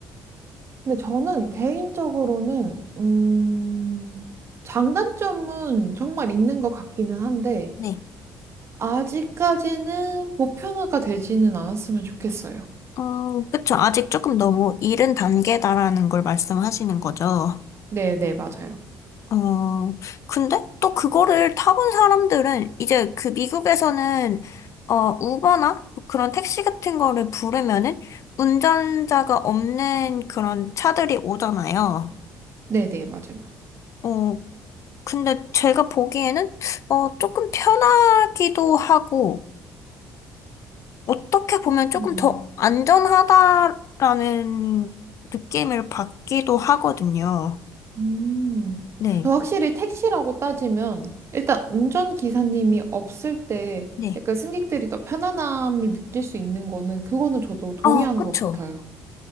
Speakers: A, on the right; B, on the left.
A: 근데 저는 개인적으로는, 음, 장단점은 정말 있는 것 같기는 한데,
B: 네.
A: 아직까지는 보편화가 되지는 않았으면 좋겠어요.
B: 음, 그쵸. 아직 조금 너무 이른 단계다라는 걸 말씀하시는 거죠.
A: 네, 네, 맞아요.
B: 어, 근데 또 그거를 타본 사람들은 이제 그 미국에서는 어, 우버나 뭐 그런 택시 같은 거를 부르면은 운전자가 없는 그런 차들이 오잖아요.
A: 네, 네, 맞아요.
B: 어, 근데 제가 보기에는 어, 조금 편하기도 하고 어떻게 보면 조금
A: 음.
B: 더 안전하다라는 느낌을 받기도 하거든요.
A: 음.
B: 네,
A: 확실히 택시라고 따지면 일단 운전기사님이 없을 때
B: 네.
A: 약간 승객들이 더 편안함을 느낄 수 있는 거는 그거는 저도 동의하는
B: 어, 그쵸.
A: 것 같아요.